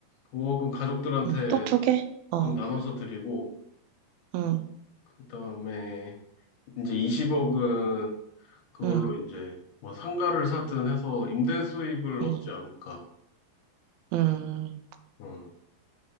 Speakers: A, on the left; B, on the right.
A: 5억은 가족들한테
B: 음, 또두 개? 어,
A: 좀 나눠서 드리고
B: 응,
A: 그다음에 이제 20억은 그걸로
B: 응,
A: 이제 뭐 상가를 사든 해서 임대 수입을
B: 응,
A: 얻지 않을까.
B: 응.
A: 어,